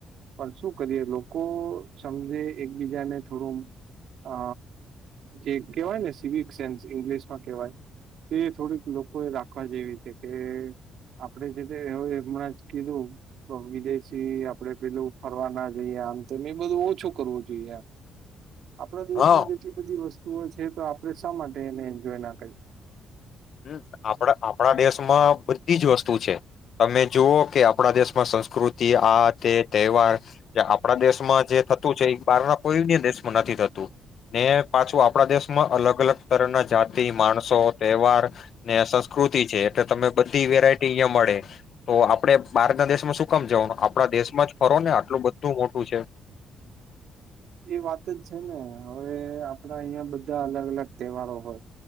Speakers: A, on the right (about 70°); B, on the left (about 60°).
A: પણ શું કરીએ લોકો સમજે એકબીજાને થોડું અ જે કહેવાય ને સિવિક સેન્સ ઈંગ્લિશમાં કહેવાય એ થોડીક લોકો એ રાખવા જેવી છે કે આપણે જે જે હવે હમણાં જ કીધું, તો વિદેશી આપડે પેલું ફરવા ના જઈએ. આમ તેમ એ બધું ઓછું કરવું જોઈએ એમ. આપણા દેશમાં
B: હા
A: જેટલી બધી વસ્ તુઓ છે, તો આપણે શા માટે એને એન્જોય ના કરે?
B: હમ્મ, આપણા આપણા દેશમાં બધી જ વસ્તુ છે. તમે જુઓ કે આપણા દેશમાં સંસ્કૃતિ આ તે તહેવાર આપણા દેશમાં જે થતું છે. એ બહારના કોઈ ભી દેશમાં નથી થતું. ને પાછું આપણા દેશમાં અલગ અલગ તરહના જાતિ, માણસો, તહેવાર ને સંસ્કૃત તી એટલે તમને બધી વેરાયટી અહિયાં મળે. તો આપણે બહાર ના દેશમાં શું કામ જવાનું? આપણા દેશમાં જ ફરો ને. આટલું બધું મોટું છે.
A: એ વાત જ છે ને. હવે આપણા અહિયાં બધા અલગ અલગ તહેવારો હોય.